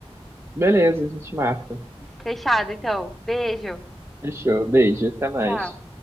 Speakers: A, on the right; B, in the centre.
A: Beleza, a gente marca.
B: Fechado, então. Beijo.
A: Fechou. Beijo. Até mais.
B: Tchau.